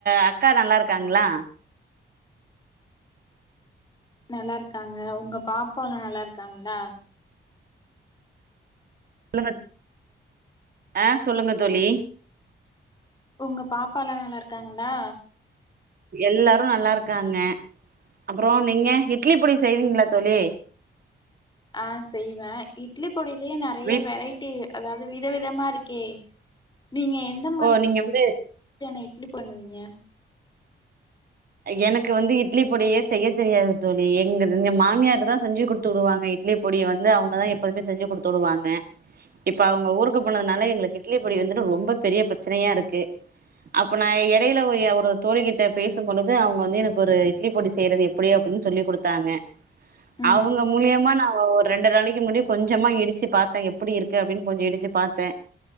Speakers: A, on the right; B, on the left.
A: அ க்கா நல்லா இருக்காங்ளா
B: ஆமா நல்லா இருக்காங்க உங்க பாப்பால்லா நல்லா இருக்காங்ளா
A: சொல்லுங்க ஆ சொல்லுங்க தோழி
B: உங்க பாப்பால்லா நல்லா இருக்காங்ளா
A: எல்லாரு நல்லா இருக்காங்க அப்பறோ நீங்க இட்லி பொடி செய்வீங்ளா தோழி
B: ஆ செய்வ இட்லி பொடிலயே நறைய
A: வீட்
B: வெரைட்டி அதாவ்து விதவிதமா இருக்கே நீங்க எந்த மாதிரி
A: ஓ நீங்க வந்து
B: <inaudible> இட்லி பண்ணுவீங்க
A: எனக்கு வந்து இட்லி பொடியே செய்ய தெரியாது தோழி எங்க எங்க மாமியாரு தா செஞ்சு குடுத்து உடுவாங்க இட்லி பொடிய வந்து அவுங்கதா எப்பதுமே செஞ்சு குடுத்து உடுவாங்க இப்ப அவ்ங்க ஊருக்கு போனதுனால எங்களுக்கு இட்லி பொடி வந்துட்டு ரொம்ப பெரிய ப்ரச்சனையா இருக்கு அப்ப நா எடையில ஓ ய ஒரு தோழி கிட்ட பேஸ் சம் பொழுது அவ்ங்க வந்து எனக்கு ஒரு இட்லி பொடி செய்றது எப்டி அப்டின் சொல்லிக் குடுத்தாங்க
B: ம்ஹும்
A: அவுங்க மூலியமா நா போ ஒரு ரெண்டு நாளைக்கி முன்னாடி கொஞ்சமா இடிச்சி பாத்த எப்டி இருக்கு அப்டின் கொஞ்சொ இடிச்சி பாத்த